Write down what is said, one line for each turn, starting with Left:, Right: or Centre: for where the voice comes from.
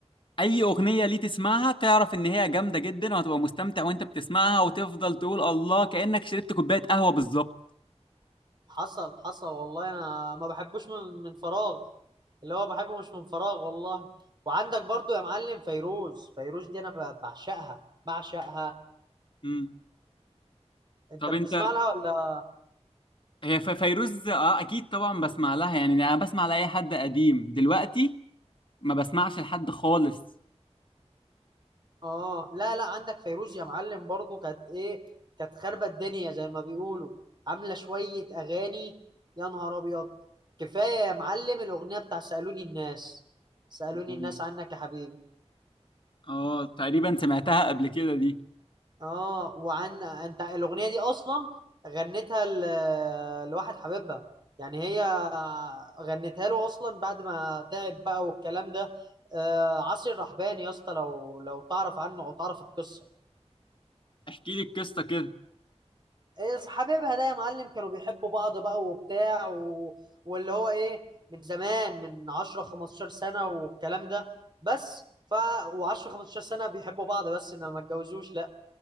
Left: أي أغنية ليه تسمعها تعرف إن هي جامدة جدا وهتبقى مستمتع وأنت بتسمعها وتفضل تقول الله كأنك شربت كوباية قهوة بالظبط
Right: حصل حصل والله انا ما بحبوش من من فراغ اللي هو بحبه مش من فراغ والله وعندك برضو يا معلم فيروز فيروز دي انا ب- بعشقها بعشقها
Left: مم.
Right: انت
Left: طب
Right: بتسمع
Left: أنت
Right: لها ولا
Left: هي ف- فيروز أه أكيد طبعا بسمع لها يعني أنا بسمع لأي حد قديم دلوقتي ما بسمعش لحد خالص
Right: اه لا لا عندك فيروز يا معلم برضو كانت ايه كانت خاربة الدنيا زي ما بيقولوا عاملة شوية اغاني يا نهار ابيض كفاية يا معلم الاغنية بتاع سألوني الناس سألوني
Left: مم.
Right: الناس عنك يا حبيبي
Left: اه تقريبا سمعتها قبل كده دي
Right: اه وعن انت الاغنية دي اصلا غنتها ل... لواحد حبيبها يعني هي غنتها له اصلا بعد ما تعب بقى والكلام ده آه عاصي الرحباني يا اسطى لو لو تعرف عنه او تعرف القصة
Left: احكي لي القصه كده
Right: إيه، حبايبها ده يا معلم كانوا بيحبوا بعض بقى وبتاع و... واللي هو ايه من زمان من 10 15 سنة والكلام ده بس ف و10 15 سنة بيحبوا بعض بس انما ما اتجوزوش لا